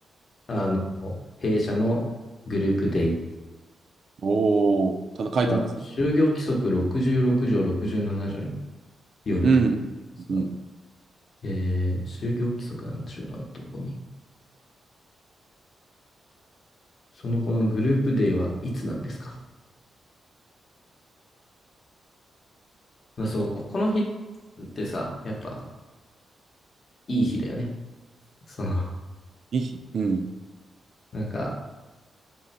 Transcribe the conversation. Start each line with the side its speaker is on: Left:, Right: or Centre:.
Left: あの、弊社のグループデイ
Right: おお、ただ書いてあるんですね。
Left: は、就業規則66条67条によるとかですが、
Right: うんうん。うん
Left: えー、就業規則なんちゅうのはどこにそのこのグループデイはいつなんですかだそう、この日ってさ、やっぱいい日だよね。その、
Right: いい日。うん。
Left: なんか、